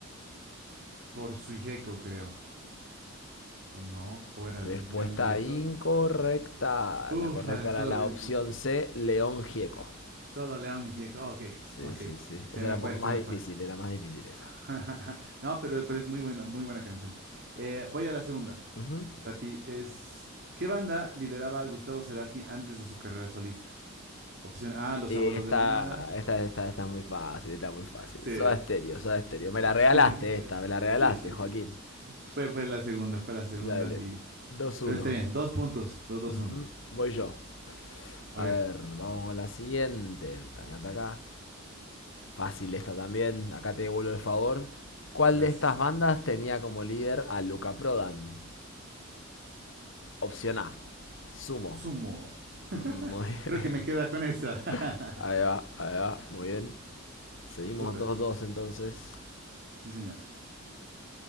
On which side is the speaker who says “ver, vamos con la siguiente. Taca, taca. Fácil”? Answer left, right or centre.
Left